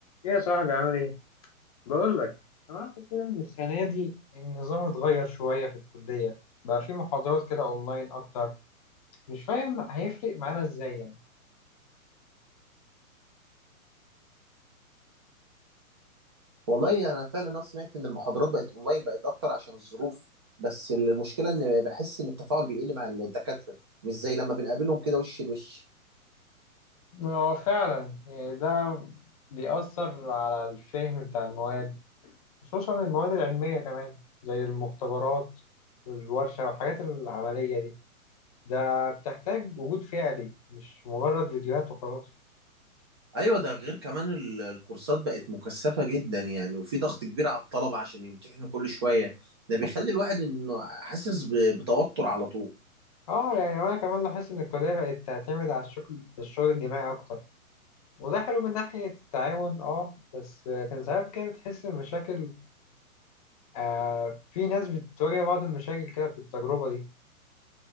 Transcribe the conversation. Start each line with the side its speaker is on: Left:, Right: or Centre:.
Left: ايه يا صاحبي عامل ايه؟ بقول لك سمعت كده ان السنة دي النظام اتغير شوية في الكلية بقى في محاضرات كده اونلاين اكتر مش فاهم هيفرق معانا ازاي يعني
Right: والله انا فعلا انا سمعت ان المحاضرات بقت اونلاين بقت اكتر عشان الظروف بس المشكله ان بحس ان التفاعل بيقل مع الدكاتره مش زي لما بنقابلهم كده وش لوش
Left: هو فعلا يعني ده بيأثر على الفهم بتاع المواد خصوصا المواد العلمية كمان زي المختبرات والورشة والحاجات العملية دي ده بتحتاج وجود فعلي مش مجرد فيديوهات وخلاص
Right: ايوه ده غير كمان ال- الكورسات بقت مكثفه جدا يعني وفي ضغط كبير على الطلبه عشان يمتحنوا كل شويه ده بيخلي الواحد انه حاسس ب- بتوتر على طول
Left: اه يعني وانا كمان لاحظت ان الكلية بقت تعتمد على الشغل الشغل الجماعي اكتر وده حلو من ناحية التعاون اه بس آه، كان ساعات كده بتحس بمشاكل آه في ناس بتواجه بعض المشاكل كده في التجربة دي